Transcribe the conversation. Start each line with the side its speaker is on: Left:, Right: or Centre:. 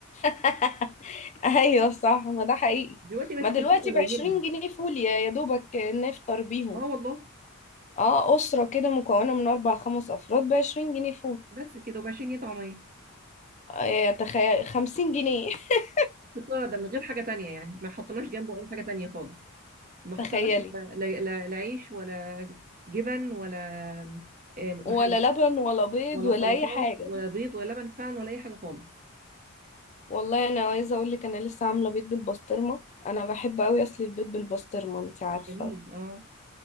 Left: <laughs> <laughs> ايوه صح ما ده حقيقي
Right: دلوقتي بقت
Left: ما
Right: الكميه
Left: دلوقتي
Right: قليله
Left: بعشرين جنيه فول يا يا دوبك نفطر بيهم
Right: اه والله
Left: اه أسرة كده مكونة من أربع خمس أفراد بعشرين جنيه فول
Right: بس كده وب 20 جنيه طعميه
Left: آه، تخيل خمسين جنيه <laughs>
Right: بالطريقه ده من غير حاجه تانية يعني ما حطيناش جنبه اي حاجه تانية خالص ما حطيناش
Left: تخيلي
Right: لا لا- لا- لا عيش ولا جبن ولا آه، مخلل
Left: ولا لبن ولا بيض
Right: ولا
Left: ولا
Right: سلطات
Left: أي حاجة
Right: ولا بيض ولا لبن فعلا ولا اي حاجه خالص
Left: والله أنا عايزة أقولك أنا لسه عاملة بيض بالبسطرمة أنا بحب أوي أصل البيض بالبسطرمة أنت عارفة
Right: جميل اه